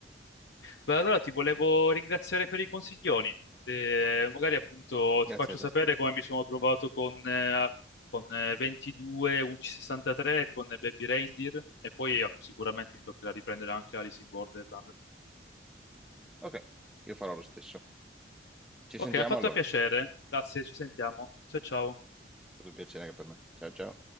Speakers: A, on the left; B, in the centre.
A: Beh, allora ti volevo ringraziare per i consiglioni. Eh, magari appunto
B: Grazie
A: ti faccio
B: a
A: sapere
B: te.
A: come mi sono trovato con, eh, con eh, 22, 1163, con Baby Reindeer e poi ah, sicuramente mi toccherà riprendere anche Alice in Borderland.
B: Ok, io farò lo stesso. Ci
A: Ok,
B: sentiamo
A: mi ha fatto
B: allora.
A: piacere. Grazie, ci sentiamo. Ciao ciao.
B: È stato un piacere anche per me. Ciao ciao.